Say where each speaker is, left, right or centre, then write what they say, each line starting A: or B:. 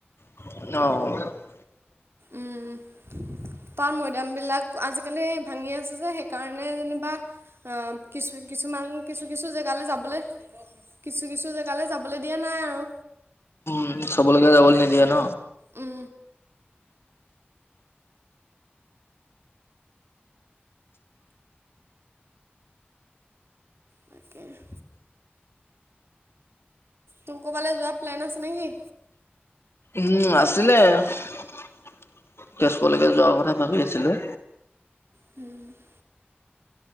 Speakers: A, on the left; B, on the right.
A: অ'
B: ওম তাৰ মৈদাম বিলাক আজিকালি ভাঙি আছে যে সেইকাৰণে যেনিবা কিছু কিছুমান কিছু কিছু জেগালৈ যাবলৈ কিছু কিছু জেগালৈ যাবলৈ দিয়া নাই আৰু
A: উম চবলৈকে যাবলৈ নিদিয়ে ন
B: উম তাকে <inaudible> তোমাৰ কৰবালে যোৱা প্লেন আছে নে কি
A: উম আছিলে তেজপুৰলৈকে যোৱাৰ কথা ভাবি আছিলো
B: হম <inaudible>